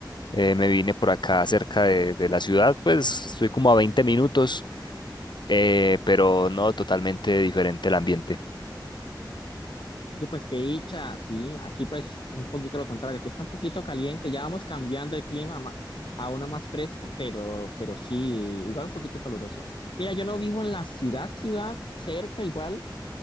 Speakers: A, on the left; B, on the left.
A: eh, me vine por acá cerca de, de la ciudad, pues estoy como a 20 minutos. eh, pero no totalmente diferente el ambiente.
B: Oye, pues qué dicha, sí, aquí pues un poquito lo contrario, aquí está un poquito caliente, ya vamos cambiando de clima a ma- a uno más fresco, pero, pero sí, igual un poquito caluroso. Mira, yo no vivo en la ciudad, ciudad, cerca igual,